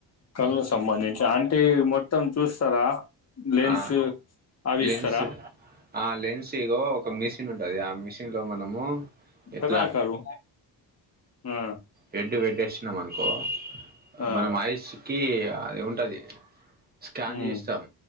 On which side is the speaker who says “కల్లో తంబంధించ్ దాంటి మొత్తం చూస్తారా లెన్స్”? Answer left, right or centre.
Left